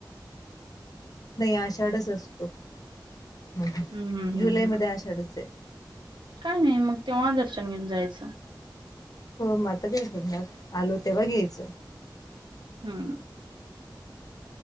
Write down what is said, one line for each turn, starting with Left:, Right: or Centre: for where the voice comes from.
Left: नाही आषाढच असतो ह ह
Right: हम्म हम्म
Left: जुलै
Right: हम्म हम्म
Left: मध्ये आषाढच आहे
Right: काय नाही मग तेव्हा दर्शन घेऊन जायचं
Left: हो म आता काय करणार आलो तेव्हा घ्यायच
Right: हम्म.